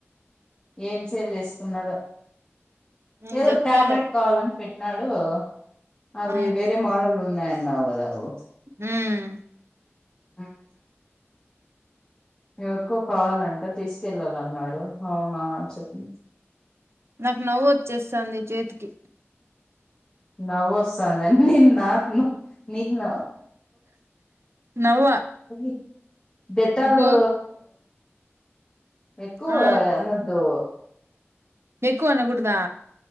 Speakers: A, on the left (about 25°); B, on the right (about 65°).
A: ఏం సేవ్ చేసుకున్నాడు
B: నేను
A: ఏదో
B: చెప్తాలే
A: ఒక టాబ్లెట్ కావాలండి పెట్నా అదే కదా అవి
B: ఆ
A: వేరే మోడల్ ఉన్నాయి అన్నావ్ కదా నువ్వు
B: మ్మ్
A: మ్మ్ ఎవరికో కావాలంటా తీసుకు తెల్వదు అన్నాడు అవున చెప్పి
B: నాకు నవ్వు వచ్చేస్తాంది చేతికి
A: నవ్ వస్తంద నిన్ నాకు నీకు
B: నవ్వ
A: <unintelligible> డెటాలు
B: గో
A: ఎక్కువ
B: ఆ
A: అనద్దు
B: ఎక్కువ అనకూడదా